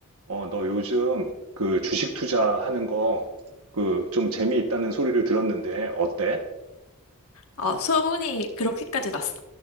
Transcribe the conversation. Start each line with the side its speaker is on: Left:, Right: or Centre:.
Right: 어, 너 요즘 그 주식 투자하는 거 그 좀 재미있다는 소리를 들었는데 어때?
Left: 아, 소문이 그렇게까지 났어?